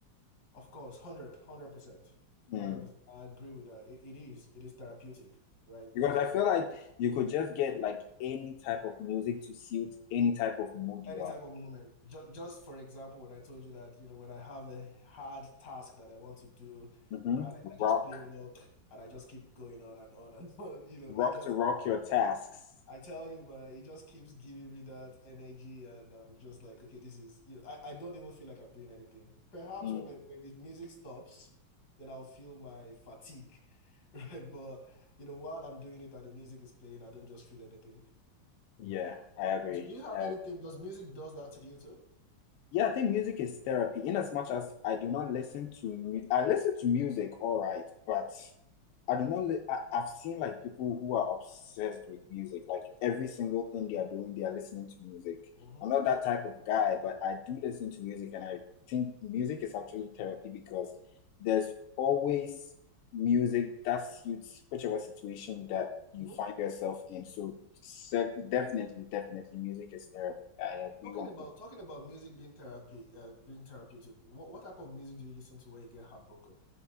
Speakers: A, on the left (about 50°); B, on the left (about 85°).
A: Of course, 100, percent
B: Hmm.
A: 100%. I agree with that. It, it is, it is therapeutic, right?
B: Because
A: You know,
B: I feel like you could just get like any type of music to suit any type of mood
A: any
B: you are.
A: type of moment. Ju just for example, when I told you that, you know, when I have a hard task that I want to do,
B: hmm
A: and I, I just
B: Rock,
A: play rock and I just keep going on and on and <laughs> on, you know,
B: rock
A: it just,
B: to rock your tasks.
A: I tell you, man, it just keeps giving me that energy, and I'm just like, okay, this is, you know, I, I don't even feel like I'm doing anything. Perhaps
B: Mm-hmm.
A: when I, when the music stops, then I'll feel my fatigue, <laughs> right? But you know, while I'm doing it and the music is playing, I don't just feel anything.
B: Yeah, I agree.
A: Do, do you have
B: I
A: anything?
B: agree.
A: Does music does that to you too?
B: Yeah, I think music is therapy in as much as I do not listen to mu I listen to music, all right, but I do not li I, I've seen like people who are obsessed with music, like every single thing they are doing, they are listening to music.
A: Mm-hmm.
B: I'm not that type of guy, but I do listen to music and I think music is actually therapy because there's always music that suits whichever situation that you
A: hmm
B: find yourself in. So se- definitely, definitely music is therapy. I agree
A: Talking
B: one.
A: about
B: hundred percent.
A: talking about music being therapy, uh, being therapeutic. What what type of music do you listen to when you get heartbroken?